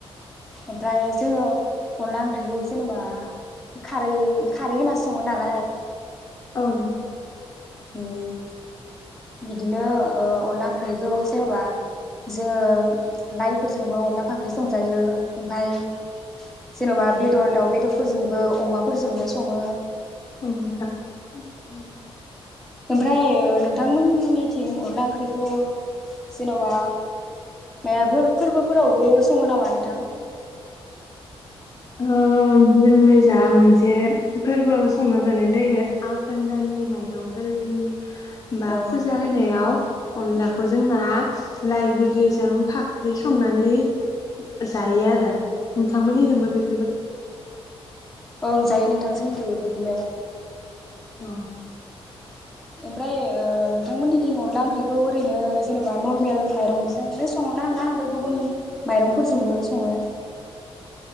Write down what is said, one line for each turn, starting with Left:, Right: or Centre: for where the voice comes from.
Centre: ओमफ्राय जोङो अनला ओंख्रिखौ जेनेबा खारै खारै होनानै सङो नालाय
Left: <inaudible>
Centre: औ बिदिनो अनला ओख्रैखौ जेन'बा जोङो लाइफ फोरजोंबो अनला फाख्रि संजायो ओमफाय जेन'बा बेदर दाउ बेदरफोरजोंबो अमाफोरजोंबो सङो
Left: औ नोंथां
Centre: ओमफ्राय नों थांमोननिथिं अनला ओंख्रिखौ जेन'बा माइबाफोर फोरबोफोरावबो सङो नामा नोंथां
Left: जोंनि जा मोनसे फोरबो संना जानाय जायो आघोनदाननि माइरं गोरलैनि बा
Centre: अ
Left: फुजा होनायाव अनलाखौ
Centre: उम
Left: जोंना लाइ गोरलैजों फाख्रि संनानै जायो आरो नोंथांमोननिजोंबो बे
Centre: औ जायो नोंथांजोंनिखैबो बिदिनो
Left: अ
Centre: ओमफ्राय ओ बिथांथांमोननिं अनला ओंख्रिखौ ओरैनो जेनोबा नर्मेल माइरंजोंनो सङोना आरो गुबुन माइरंफोरजोंबो सङो